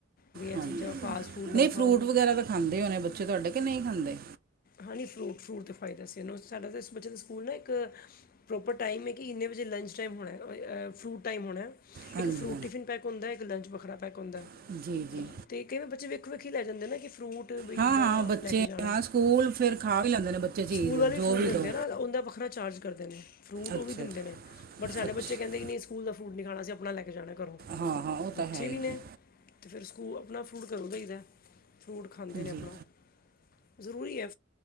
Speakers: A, on the left; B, on the right.
A: ਵੀ ਇਹ
B: ਹਾਂਜੀ
A: ਚੀਜ਼ਾਂ ਫਾਸਟ ਫੂਡ ਨਾ
B: ਨੀ
A: ਖਾਓ
B: ਫਰੂਟ ਵਗੈਰਾ ਤਾਂ ਖਾਂਦੇ ਹੋਣੇ ਬੱਚੇ ਤੁਆਡੇ ਕਿ ਨੀਂ ਖਾਂਦੇ?
A: ਹਾਂ ਨੀ ਫਰੂਟ-ਫਰੂਟ ਦਾ ਖਵਾਇਦਾ ਸੀ ਏਨੂੰ ਸਾਡਾ ਤਾਂ ਏਸ ਬੱਚੇ ਦੇ ਸਕੂਲ ਨਾ ਏਕ ਪ੍ਰੋਪਰ ਟਾਈਮ ਐ ਕਿ ਇੰਨੇ ਵਜੇ ਲੰਚ ਟਾਈਮ ਹੋਣਾ ਫਰੂਟ ਟਾਈਮ ਹੋਣਾ,
B: ਹਾਂਜੀ
A: ਏਕ ਫੂਰਟ ਟਿਫਨ ਪੈਕ ਹੁੰਦਾ ਲੰਚ ਵੱਖਰਾ ਪੈਕ ਹੁੰਦਾ
B: ਹਾਂਜੀ ਜੀ ਜੀ
A: ਤੇ ਤੇਂ ਕਈ ਬੱਚੇ ਵੇਖੋ ਵੇਖੀ ਈ ਲੈ ਜਾਂਦੇ ਨੇ ਕਿ ਫਰੂਟ ਵੀ
B: ਹਾਂ-ਹਾਂ,
A: ਇੱਦਾਂ
B: ਬੱਚੇ
A: ਲੈ ਕੇ ਜਾਣਾ
B: ਹਾਂ ਸਕੂਲ ਫਿਰ ਖਾ ਵੀ ਲੈਂਦੇ ਨੇ ਚੀਜ਼
A: ਸਕੂਲ ਵਾਲੇ
B: ਜੋ
A: ਫਰੂਟ
B: ਵੀ
A: ਦਿੰਦੇ
B: ਦੋ
A: ਨਾ ਓਦਾ ਵੱਖਰਾ ਚਾਰਜ ਕਰਦੇ ਨੇ ਫਰੂਟ
B: ਅੱਛਾ
A: ਓਵੀ ਦਿੰਦੇ
B: ਜੀ,
A: ਨੇ। ਬਟ ਸਾਡੇ
B: ਅੱਛਾ
A: ਬੱਚੇ ਕੈਂਦੇ ਕਿ ਨਈ ਸਕੂਲ ਦਾ ਫਰੂਟ ਨੀਂ ਖਾਣਾ ਅਸੀਂ ਆਪਣਾ ਲੈ ਕੇ ਜਾਣਾ ਕਰੋ
B: ਹਾਂ ਹਾਂ ਉਹ
A: ਬੱਚੇ
B: ਤਾਂ ਹੈ ਹੀ
A: ਵੀ ਨੇ।
B: ਜੀ
A: ਤੇ ਫੇਰ ਸਕੂਲ ਆਪਣਾ ਫਰੂਟ ਕਰੋ ਦਈਦਾ ਫਰੂਟ ਖਾਂਦੇ ਨੇ
B: ਜੀ
A: ਅਪਣਾ,
B: ਜੀ
A: ਜ਼ਰੂਰੀ ਐ।